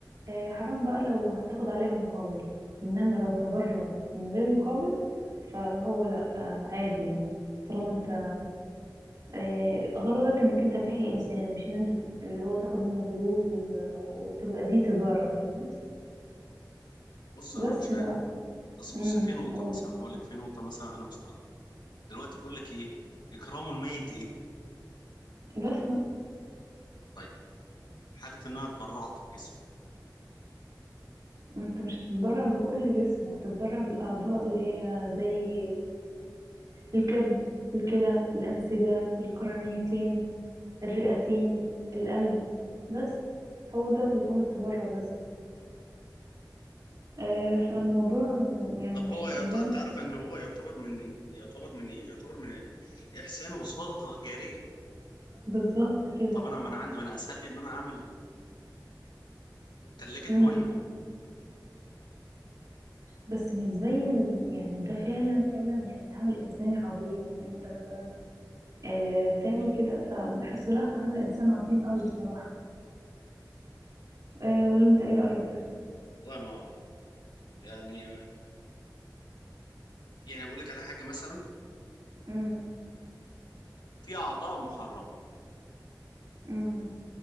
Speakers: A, on the right; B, on the left.
A: آه، حرام بقى لو هتاخد عليها مقابل انما لو تبرع من غير مقابل فهو لا آه، عادي يعني طالما انت آه، غرضك انك انت تحيي انسان مش ان انت اللي هو تاخد منه فلوس و- وتبقى دي تجاره فاهمني
B: بص
A: بس
B: انا مش
A: بقى
B: عارف بس بص
A: امم
B: في نقطه
A: قول
B: مثلا هقول لك في نقطه مثلا انا مستغرب دلوقتي بقول لك ايه اكرام الميت ايه
A: دفنه
B: طيب حاله ان انا اتبرعت بجسمي
A: انت مش هتتبرع بكل جسمه هتتبرع بالاعضاء اللي هي زي الكبد الكلى الأنسجة القرنيتين الرئتين القلب بس هو ده بيكون التبرع بس آه فالموضوع م- يعني
B: طب
A: مش
B: هو يعت-
A: زي
B: انت عارف ان هو يعتبر من إيه؟ يعتبر من ايه يعتبر من الاحسان والصدقه الجاريه
A: بالظبط كده
B: طب انا ما انا عندي ما انا اسهل لي ان انا اعمل ثلاجه
A: امم
B: ميه
A: بس مش زي ال... يعني ده فعلا فعلا يعني عمل إنساني عظيم إن أنت مثلا آه تعمل كده فبحسه لأ عمل إنسان عظيم أوي بصراحة آه ولا أنت إيه رأيك؟
B: والله ما اعرف يعني يعني اقول لك على حاجه مثلا
A: امم
B: في اعضاء محرمه
A: امم